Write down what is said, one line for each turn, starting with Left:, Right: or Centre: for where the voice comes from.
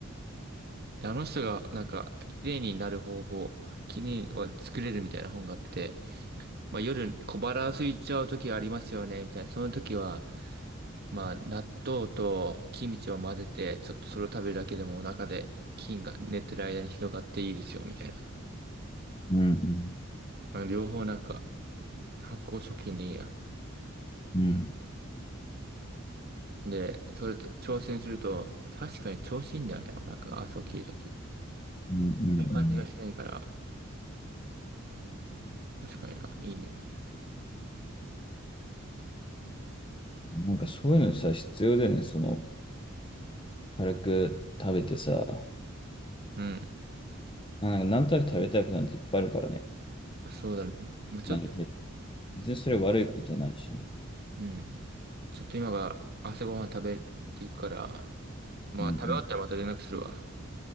Right: で、あの人がなんか、綺麗になる方法、綺麗には作れるみたいな本があって、まあ夜小腹空いちゃう時ありますよね、みたいな。その時は、まあ、納豆とキムチを混ぜて、ちょっとそれを食べるだけでもお腹で菌が寝てる間に広がっていいですよ、みたいな。
Left: うん
Right: まあ、両方なんか発酵食品でいいや。
Left: うん。うん。
Right: で、それと挑戦すると、確かに調子いいんだよね、お腹が朝起きるとき。こ
Left: うんうんう
Right: ういう感じがしないから、
Left: ん
Right: 確かにな、いいね、みたいな。
Left: なんかそういうのさ、必要だよね。その、軽く食べてさ、あ
Right: う
Left: なんかなんとなく食べたいことなんていっぱいあるからね。
Right: ん。そうだね。もうちょっと、
Left: 何別にそれ悪いことじゃないしね。
Right: うん。ちょっと今が朝ごはん食べていくから、まあ、
Left: うん
Right: 食べ終わったらまた連絡するわ。